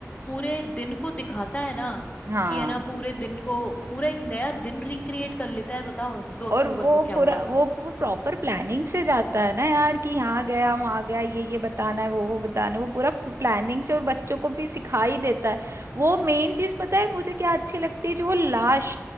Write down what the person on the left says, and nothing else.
पूरे दिन को दिखाता है ना
कि है ना पूरे दिन को पूरा एक नया दिन रिक्रिएट कर लेता है बताओ दो अक्टूबर
को क्या
हुआ
था